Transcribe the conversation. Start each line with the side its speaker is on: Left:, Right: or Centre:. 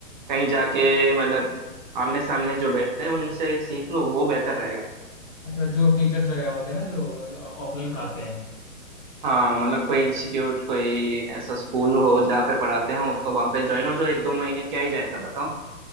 Right: कहीं जाके मतलब आमने सामने जो बैठते हैं उनसे सीख लो वो बेहतर रहेगा
Left: अच्छा जो टीचर्स वगैरह होते हैं ना जो ऑफलाइन पढ़ाते हैं
Right: हाँ मतलब कोई इंस्टीट्यूट कोई ऐसा स्कूल हो जहाँ पे पढ़ाते हो तो वहाँ पे ज्वाइन हो जाओ एक दो महीने क्या ही जाएगा बताओ